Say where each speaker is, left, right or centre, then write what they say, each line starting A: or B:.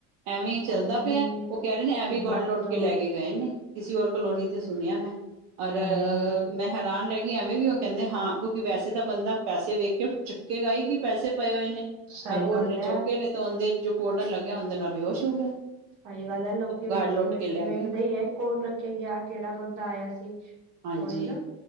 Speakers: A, on the right (about 85°); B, on the right (about 60°).
A: ਐਵੇਂ
B: ਹਾਏ
A: ਚੱਲਦਾ ਪਿਆ। ਉਹ ਕਹਿ ਰਹੇ ਨੇ ਐ
B: ਕਿੱਦਾਂ
A: ਵੀ ਘੱਰ ਲੋਟ
B: ਪੂਰਾ
A: ਕੇ ਲੈ ਕੇ ਗਏ ਨੇ ਕਿਸੇ ਹੋਰ ਕਲੋਨੀ ਤੇ ਸੁਣਿਆ ਮੈਂ ਔਰ
B: ਹਾਏ
A: ਮੈਂ ਹੈਰਾਨ ਰਹਿ ਗਈ ਐਵੇਂ ਵੀ ਉਹ ਕਹਿੰਦੇ ਹਾਂ ਕਿਉਂਕਿ ਵੈਸੇ ਤਾਂ ਬੰਦਾ ਪੈਸੇ ਵੇਖ ਕੇ ਚੁੱਕੇਗਾ ਹੀ ਪੈਸੇ ਪਏ ਹੋਏ ਨੇ
B: ਸਹੀ
A: ਉਹਨੇ
B: ਗੱਲ
A: ਚੌੱਕੇ
B: ਹੈ
A: ਨੇ ਤੇ ਉਹਦੇ ਜੋ ਪੋਡਰ ਲੱਗਿਆ ਹੁੰਦਾ ਉਹਦੇ ਨਾਲ ਬੇਹਸ਼ ਹੋ ਗਿਆ।
B: ਹਾਏ ਗੱਲ ਲੈਲੋ। ਵੇਖਿਆ
A: ਗਾਰਡ ਲੁੱਟ ਕੇ ਲੈ
B: ਵੇਖਦਾ
A: ਗਏ ਨੇ
B: ਹੀ ਹੈ ਕੌਣ ਰੱਖਿਆ ਗਿਆ ਕਿਹੜਾ ਬੰਦਾ ਆਇਆ ਸੀ
A: ਹਾਂਜੀ
B: ਉਹੀ ਨਾ।